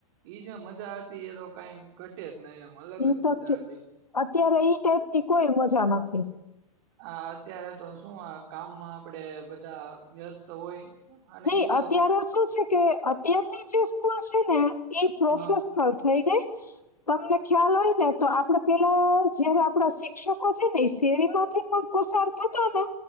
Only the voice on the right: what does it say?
ઈ જે મજા હતી એ તો કઈ ઘટે જ નહી એમ. અલગ
જ
મજા
હતી
હ અત્યારે તો શું આ કામમાં આપડે બધા વ્યસ્ત તો હોય અને
ઈ તો
હા